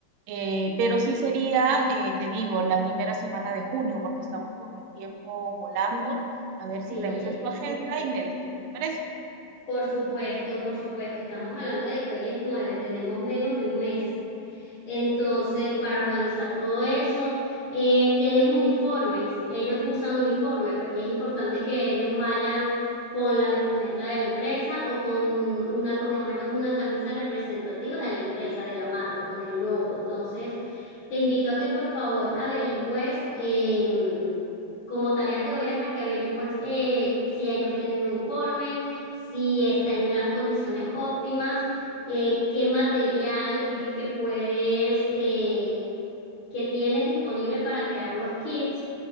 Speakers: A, on the right (about 85°); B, on the left (about 45°).
A: Eh, pero sí sería, eh, te digo, la primera semana de junio, porque estamos con el tiempo volando a ver si
B: Sí,
A: revisas
B: eh,
A: tu agenda y me dices qué te parece.
B: por supuesto, por supuesto. Estamos hablando de que hoy es nueve, tenemos menos de un mes. Entonces, para organizar todo eso, eh, tienes uniformes, ellos usan uniforme porque es importante que ellos vayan con la vestimenta de la empresa o con una, por lo menos una camisa representativa de la empresa, de la marca, con el logo. Entonces, te invito a que por favor averigües. em, como tarea te voy a dejar que averigües eh, si ellos tienen uniforme, si está en las condiciones óptimas, eh, qué material es el que puedes eh, que tienes disponible para crear los kits